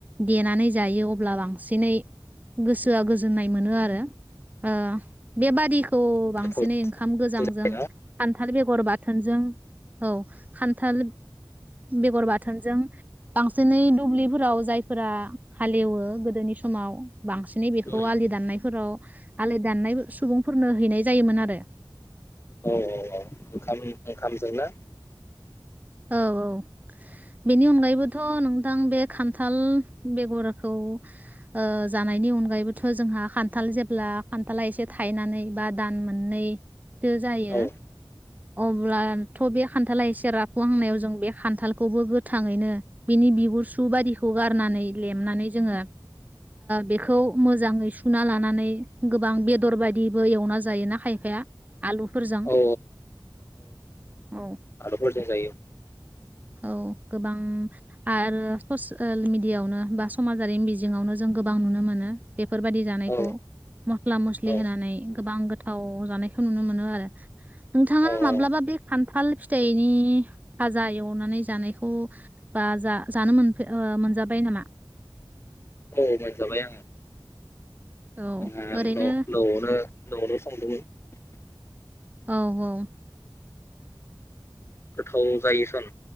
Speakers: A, on the right; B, on the left.
A: देनानै जायो अब्ला बांसिनै गोसोआ गोजोननाय मोनो आरो ओ। बेबादिखौ बांसिनै
B: गोथाव
A: ओंखाम गोजांजों
B: जायोना औ
A: खान्थाल बेगर बा बाथोनजों औ खान्थाल बेगर बाथोनजों बांसिनै दुब्लिफोराव जायफोरा हालेवो गोदोनि समाव। बांसिनै बेखौ
B: औ
A: आलि दाननायफोराव आलि दाननाय सुबुंफोरनो हैनाय जायोमोन आरो।
B: औ औ औ ओंखाम ओंखामजों ना?
A: औ औ बेनि अनगायैबोथ' नोंथां बे खान्थाल बेगरखौ ओ जानायनि अनगायैबोथ' जोंहा खान्थाल जेब्ला खान्थाला एसे थायनानै बा दान मोननैसो जायो
B: औ
A: अब्लाथ' बे खान्थाला एसे रफ हुखुंहांनायाव जों बे खान्थालखौबो गोथाङैनो बेनि बिगुर सु बायदिखौ गारनानै लेमनानै जोङो बेखौ मोजाङै सुना लानानै गोबां बेदर बायदिबो एवना जायोना खायफाया आलुफोरजों
B: औ
A: औ।
B: बुरजा जायो।
A: औ गोबां आरो ससियेल मिेडियाआवनो बा समाजारि मिजिङावनो जों गोबां नुनो मोनो बेफोरबादि जानायखौ
B: औ
A: मस्ला-मस्लि
B: औ
A: होनानै गोबां गोथाव जानायखौ नुनो मोनो आरो नोंथाङा
B: औ
A: माब्लाबा
B: औ
A: बे खान्थाल फिथाइनि नि फाजा एवनानै जानायखौ बा ज मोनजाबाय नामा?
B: औ मोनजाबाय आङो।
A: औ
B: आंहा
A: ओरैनो
B: न-न'आवनो <unintelligible>
A: औ औ।
B: औ जायोसन